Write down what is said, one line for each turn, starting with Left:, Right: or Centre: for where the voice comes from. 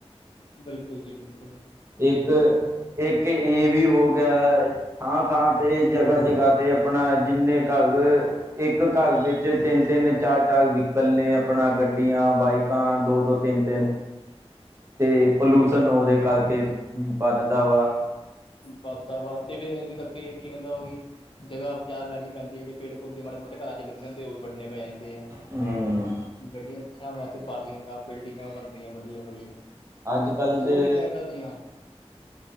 Left: ਬਿਲਕੁਲ ਜੀ ਬਿਲਕਲ।
Right: ਇੱਕ, ਇੱਕ ਇਹ ਵੀ ਹੋ ਗਿਆ। ਥਾਂ-ਥਾਂ ਤੇ ਜਗ੍ਹਾ- ਜਗ੍ਹਾ ਤੇ ਆਪਣਾ ਜਿੰਨੇ ਕ- ਇੱਕ ਘਰ ਵਿੱਚ ਤਿੰਨ-ਤਿੰਨ, ਚਾਰ-ਚਾਰ ਵਹੀਕਲ ਨੇ ਆਪਣਾ ਗੱਡੀਆਂ, ਬਾਈਕਾਂ ਦੋ-ਦੋ ਤਿੰਨ-ਤਿੰਨ ਤੇ ਪੋਲੂਸ਼ਨਣ ਉਹਦੇ ਕਰਕੇ। ਵੱਧਦਾ ਵਾ
Left: ਵਧ ਵਾ ਤੇ ਵੀ ਕਰਕੇ ਕੀ ਹੁੰਦਾ ਵਾ ਕਿ, ਜਗ੍ਹਾ ਚ ਲੈ ਪੈਂਦੀ ਜਿਹੜੇ ਪੇੜ-ਪੌਦੇ ਮਾੜੇ ਮੋਟੇ ਘਰਾਂ 'ਚ ਲੱਗੇ ਹੁੰਦੇ। ਉਹ ਵੀ ਵੱਡਣੇ ਪੈ ਜਾਣ।
Right: ਹੂੰ
Left: ਗੱਡੀਆਂ ਖੜਾਣ ਵਾਸਤੇ ਪਾਰਕਿੰਗਾਂ, ਬਿਲਡਿੰਗਾਂ ਬਣ ਰਹੀਆਂ ਵੱਡੀਆਂ- ਵੱਡੀਆਂ।
Right: ਅੱਜ ਕੱਲ
Left: ਬਹੁਤ
Right: ਦੇ
Left: ਹੀ ਪਿਆਦਾ ਦੀਆਂ।